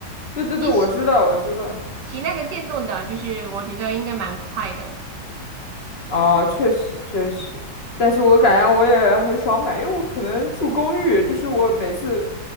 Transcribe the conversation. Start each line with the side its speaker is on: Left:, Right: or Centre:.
Left: 对对对，
Right: 你骑
Left: 我知道，我知道。
Right: 骑那个电动的，就是我觉得应该蛮快的。
Left: 啊，确实确实，但是我感觉我也很少买，因为我可能住公寓，就是我每次